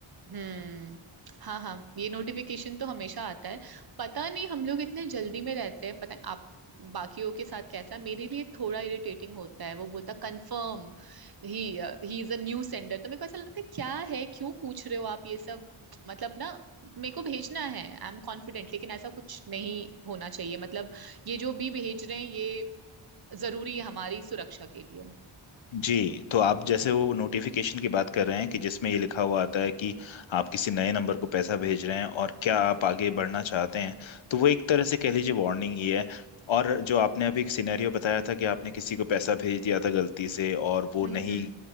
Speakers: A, on the right (about 50°); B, on the left (about 65°).
A: हम्म हाँ हाँ ये नोटिफिकेशन तो हमेशा आता है पता नहीं हम लोग इतने जल्दी में रहते हैं पता नहीं आप बाकियों के साथ कैसा मेरे लिए थोड़ा इरिटेटिंग होता है वो बोलता confirm he he is a new sender तो मेरे को ऐसा लगता है क्या है क्यों पूछ रहे हो आप ये सब मतलब ना मेरे को भेजना है आई एम कॉन्फिडेंट लेकिन ऐसा कुछ नहीं होना चाहिए मतलब ये जो भी भेज रहे हैं ये जरूरी है हमारी सुरक्षा के लिए
B: जी तो आप जैसे वो नोटिफिकेशन की बात कर रहे हैं कि जिसमें ये लिखा हुआ आता है कि आप किसी नए नंबर को पैसा भेज रहे हैं और क्या आप आगे बढ़ना चाहते हैं तो वो एक तरह से कह लीजिए वार्निंग ही है और जो आपने अभी एक सिनेरियो बताया था कि आपने किसी को पैसा भेज दिया था गलती से और वो
A: हम्म
B: नहीं
A: हम्म